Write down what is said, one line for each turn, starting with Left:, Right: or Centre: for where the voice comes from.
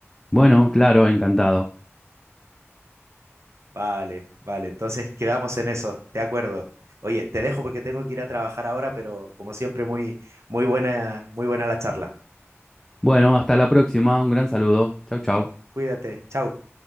Centre: Bueno, claro, encantado.
Right: Vale, vale, entonces quedamos en eso, de acuerdo. Oye, te dejo porque tengo que ir a trabajar ahora, pero como siempre, muy, muy buena, muy buena la charla.
Centre: Bueno, hasta la próxima. Un gran saludo. Chau, chau.
Right: Cuídate, chao.